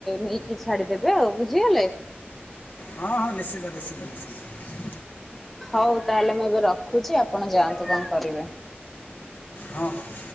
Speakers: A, in the centre; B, on the left.
A: ନେଇକି ଛାଡିଦେବେ ଆଉ ବୁଝିଗଲେ।
B: ହଁ ହଁ ନିଶ୍ଚିତ ନିଶ୍ଚିତ ନିଶ୍ଚିତ।
A: ହଉ ତାହେଲେ ମୁଁ ଏବେ ରଖୁଚି ଆପଣ ଯାଆନ୍ତୁ କଣ କରିବେ।
B: ହଁ ହଁ।